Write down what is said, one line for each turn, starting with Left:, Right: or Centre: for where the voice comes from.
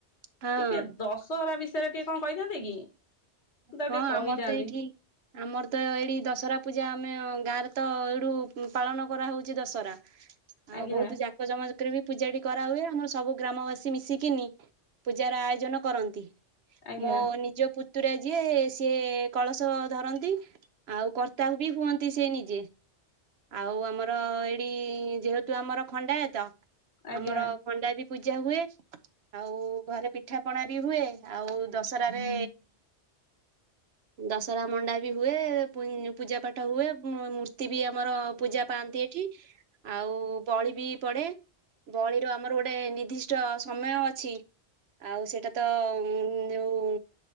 Right: ହଁ
Left: ଟିକେ ଦଶହରା ବିଷ ୟରେ ଟିକେ କଣ କହିଥାନ୍ତେ କି? ମୁଁ ତାକୁ
Right: ହଁ
Left: ଟିକେ କହିଥାନ୍ତି
Right: ଆମର ତ ଏଇଠି ଆମର ତ ଏଇ ଦଶହରା ପୂଜା ଆମେ ଅଁ ଗାଁରେ ତ ଏଇଡୁ ପାଳନ କରା ହଉଛି ଦଶହରା।। ଆଉ
Left: ଆଜ୍ଞା
Right: ବହୁତ ଯାକ ଜମକରେ ବି ପୂଜାଟି କରାହୁଏ। ଆମର ସବୁ ଗ୍ରାମବାସୀ ମିଶିକିନି ପୂଜାର ଆୟୋଜନ କରନ୍ତି।
Left: ଆଜ୍ଞା
Right: ମୋ ନିଜ ପୁତ୍ ତୁରା ଯିଏ-ଏ ସିଏ କଳସ ଧରନ୍ତି। ଆଉ କର୍ତ୍ତା ବି ହୁଅନ୍ତି ସେ ନିଜେ। ଆଉ ଆମର ଏଇଠି ଯେହେତୁ ଆମର ଖଣ୍ଡାୟତ,
Left: ଆଜ୍ଞା
Right: ଆମର ଖଣ୍ଡା ବି ପୂଜା ହୁଏ। ଆଉ ଘରେ ପିଠା ପଣା ବି ହୁଏ। ଆଉ ଦଶହରାରେ ଦଶହରା ମଣ୍ଡା ବି ହୁଏ। ପୂ-ପୂଜା ପାଠ ହୁଏ। ମୂର୍ତ୍ତି ବି ଆମର ପୂଜା ପା ଆନ୍ତି ଏଠି। ଆଉ ବଳି ବି ପଡ଼େ। ବଳିର ଆମର ଗୋଟେ ନିର୍ଦ୍ଦିଷ୍ଟ ସମୟ ଅଛି। ଆଉ ସେଇଟା ତ ଯୋଉଁ